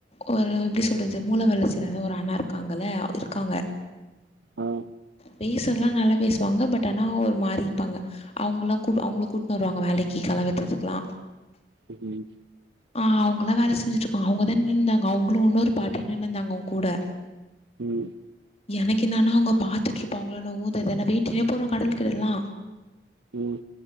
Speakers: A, on the left (about 35°); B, on the right (about 75°).
A: ஒரு எப்டி சொல்றது மூள வளர்ச்சியில்லதா ஒரு அண்ணா இருக்காங்கல இருக்காங்க
B: ஆ
A: பேசறதலா நல்லா பேசுவாங்க பட் ஆனா ஒரு மாரி இப்பாங்க அவுங்களா கூப் அவுங்கள கூட்னு வருவாங்க வேலைக்கி கள வெட்றதுக்லா
B: ம்
A: ஆ அவுங்களா வேல செஞ்சுட்ருக்காங்க அவுங்கதா நின்ந்தாங் அவுங்ளு வுன்னொரு பாட்டியு நின்னுதாங்க அவுங் கூட
B: ம்
A: எனக்கு என்னானா அவுங்க பாத்துட்ருப்பாங்ளோ நா ஊதத நா வேண்டினே போறே கடவுள் கிடலா
B: ம்